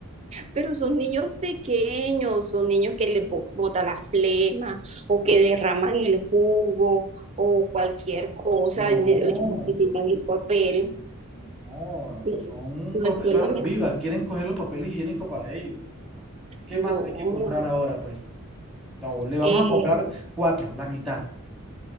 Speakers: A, on the right; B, in the centre.
A: pero son niños pequeños, son niños que les bo- bota la flema o que derraman el jugo o cualquier cosa,
B: No,
A: y ne- oye, necesitan el papel.
B: no, no.
A: No,
B: Son
A: no
B: profesoras
A: es solamente.
B: vivas, quieren coger los papeles higiénicos para ellos. ¿Qué
A: No,
B: más hay que comprar ahora, pues? O sea, le vamos
A: eh,
B: a comprar cuatro, la mitad.